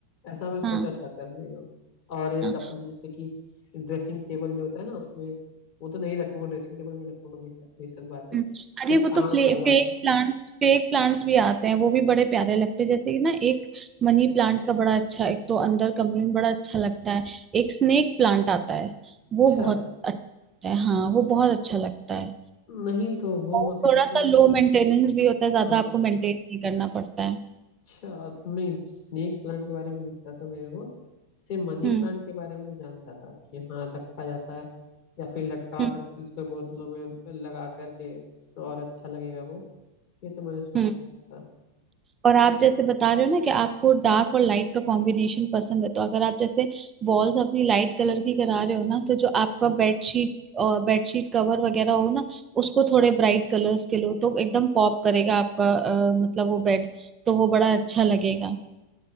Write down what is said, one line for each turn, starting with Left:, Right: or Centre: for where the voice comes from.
Left: ऐसा मैं सोचा
Right: हाँ
Left: था करने का और एक
Right: हाँ
Left: अपने जैसे कि ड्रेसिंग टेबल जो होता है ना उसमें वो तो नहीं रखूंगा ड्रेसिंग टेबल नहीं रखूंगा बेशक बेशक बात है
Right: हम्म,
Left: जैसे
Right: अरे वो
Left: कांच
Right: तो फ्ले,
Left: वाला
Right: फेक प्लांट्स फेक प्लांट्स भी आते हैं वो भी बड़े प्यारे लगते हैं जैसे कि ना एक मनी प्लांट का बड़ा अच्छा एक तो अंदर कमरे में बड़ा अच्छा लगता है एक स्नेक प्लांट आता है
Left: अच्छा
Right: वो बहुत अच्छा है हाँ वो बहुत अच्छा लगता है
Left: नहीं तो वो
Right: और
Left: मतलब
Right: थोड़ा सा
Left: कि
Right: लो मेंटेनेंस भी होता
Left: हाँ
Right: है ज्यादा आपको मेंटेन नहीं करना पड़ता है
Left: अच्छा नहीं स्नेक प्लांट के बारे में नहीं पता था मेरे को सिर्फ मनी
Right: हम्म
Left: प्लांट के बारे में तो जानता था कि हाँ रखा जाता है या फिर लटका
Right: हम्म
Left: सकते हैं उसको बोतलों में लगा करके तो और अच्छा लगेगा वो ये तो मैंने सुन
Right: हम्म
Left: रखा था
Right: और आप जैसे बता रहे हो ना कि आपको डार्क और लाइट का कॉम्बिनेशन पसंद है तो अगर आप जैसे वॉल्स अपनी लाइट कलर की करा रहे हो ना तो जो आपका
Left: हाँ,
Right: बेडशीट और बेडशीट कवर वगैरह हो ना उसको थोड़े ब्राइट कलर्स के लो तो एकदम पॉप करेगा आपका अ, मतलब वो बेड तो वो बड़ा अच्छा लगेगा